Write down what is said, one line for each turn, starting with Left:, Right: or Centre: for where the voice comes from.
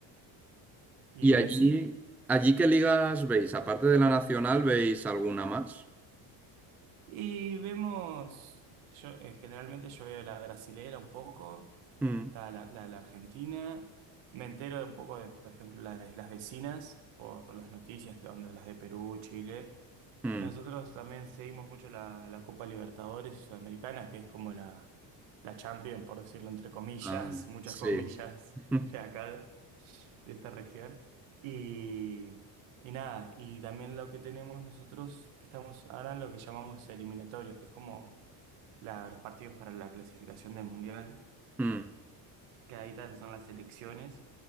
Right: Y
Centre: ¿Y
Right: Messi,
Centre: allí, allí qué ligas veis? Aparte de la nacional, ¿veis alguna más?
Right: y vemos, yo eh, generalmente yo veo la brasilera un poco.
Centre: Mm,
Right: Está la, la de la Argentina. Me entero un poco de, por ejemplo, la de las vecinas por las noticias de onda, las de Perú, Chile.
Centre: mm.
Right: Nosotros también seguimos mucho la, la Copa Libertadores y Sudamericana, que es como la, la Champions, por decirlo entre comillas,
Centre: Ah,
Right: <laughs> muchas
Centre: sí.
Right: comillas
Centre: <laughs>
Right: de acá, de esta región. Y, y nada, y también lo que tenemos nosotros, que estamos ahora en lo que llamamos eliminatorios, que es como la- los partidos para la clasificación del Mundial
Centre: Mm,
Right: quedaditas son las selecciones